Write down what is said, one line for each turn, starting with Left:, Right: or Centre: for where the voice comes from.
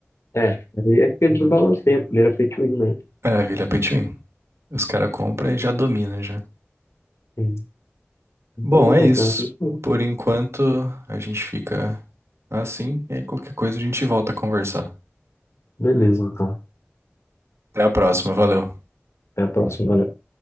Left: É, aí é que ele desbalanceia, porque ele era feito win, né?
Right: É, vira pay to win. Os caras compram e já domina já.
Left: Sim.
Right: Bom,
Left: É
Right: é
Left: basicamente
Right: isso.
Left: isso mesmo.
Right: Por enquanto, a gente fica assim, e aí qualquer coisa a gente volta a conversar.
Left: Beleza, então.
Right: Até a próxima, valeu.
Left: Até a próxima, valeu.